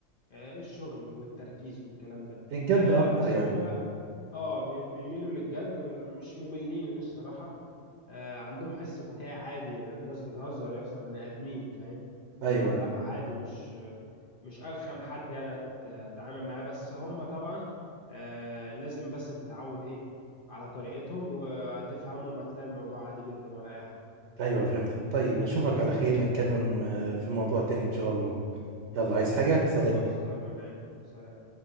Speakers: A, on the left; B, on the right.
A: آه، الشغل والتركيز والكلام ده
B: الجد
A: آه،
B: اكتر
A: بس
B: يعني
A: هم لا اه بي- بيميلوا للجد مش مملين الصراحة آه عندهم حس فكاهي عادي لو الناس بتهزر يا اسطى بني آدمين فاهم فلا
B: ايوه ايوه
A: عادي مش مش أرخم حد يعني أت- أتعامل معاه بس هم طبعا آه لازم بس تتعود إيه على طريقتهم وهتفهمهم هتلاقي الموضوع عادي جدا ولا أي حاجة
B: ايوه فهمتك طيب اشوفك على خير نتكلم آه، في موضوع تاني ان شاء الله يلا عايز حاجة سلام
A: خلاص تمام سلام